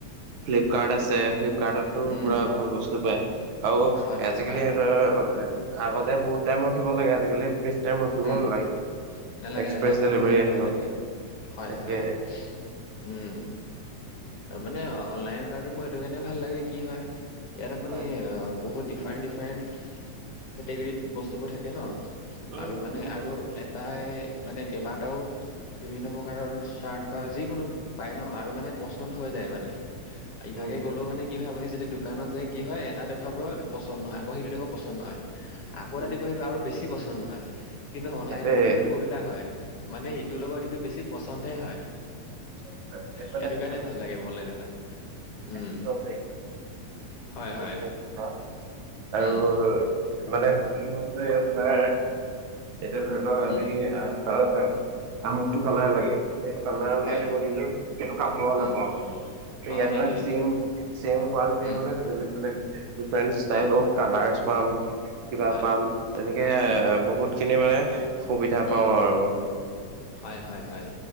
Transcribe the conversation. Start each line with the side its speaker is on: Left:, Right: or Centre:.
Right: ফ্লিপকাৰ্ট
Left: আৰু
Right: আছে ফ্লিপকাৰ্টতো
Left: উম,
Right: পুৰা ভাল বস্তু পায় আৰু
Left: হয়, হয়,
Right: আজিকালি
Left: পায়,
Right: সিহতৰ
Left: পায়।
Right: আগতে বহুত টাইম ৰখিব লাগে আজিকালি বেছি টাইম ৰখিব
Left: উম,
Right: নালাগে
Left: নালাগে
Right: এক্সপ্ৰেছ
Left: নালাগে
Right: ডেলিভাৰী
Left: সোনকালে
Right: আহি
Left: পাই
Right: গ'ল
Left: যায় হি হয়
Right: তাকে
Left: হয় উম মানে অনলাইন অৰ্ডাৰটো মোৰ এইটো কাৰণে ভাল লাগে কি হয়। ইয়াত আপোনি
Right: হয়
Left: বহুত ডিফাৰেণ্ট ডিফাৰেণ্ট কেটেগৰীত বস্তুবোৰ থাকে ন?
Right: উম
Left: আৰু
Right: উম
Left: মানে আৰু এটাই মানে কেইবাটাও বিভিন্ন প্ৰকাৰৰ চাৰ্ট বা যিকোনো পায় ন আৰু মানে পচন্দ হৈ যায় মানে। ইভাগে
Right: উম
Left: গলেও
Right: উম
Left: মানে
Right: উম
Left: কি হয় আপোনি যদি দোকানত যে কি হয় এটা দেখুৱাব পচন্দ নহয় আকৌ সেইটো দেখাব পচন্দ নহয় আকৌ এটা
Right: উম
Left: দিব সেইটো আৰু বেছি পচন্দ নহয় কিন্তু অনলাইনত
Right: সেইটোৱে
Left: কিন্তুটো উল্টা হয় মানে ইটোৰ লগত ইটো বেছি পচন্দহে হয়।
Right: বেলেগ বেলেগ
Left: সেইটো কাৰণে ভাল লাগে মনলাইন এটা উম,
Right: বেলেগ <unintelligible>
Left: হয় হয়
Right: আৰু
Left: উম
Right: মানে যি কোনো আপোনাৰ এতিয়া ধৰি লওক
Left: উম
Right: আমি আন কলাৰ চাম আমুকটো কালাৰ লাগে সেইটো কালাৰ
Left: হয়
Right: দিব সেইটো কাপোৰ
Left: উম
Right: নাপাওঁ মানে
Left: অ
Right: ইয়াত
Left: সেইটোৱে
Right: চেইম চেইম কোয়ালিটিৰ
Left: উম
Right: মানে different type
Left: uh
Right: of colours পাম কিবা
Left: হয়
Right: পাম তেনেকে
Left: উম
Right: এ বহুত খিনি মানে সুবিধা
Left: উম
Right: পাও আৰু
Left: হয় হয় হয়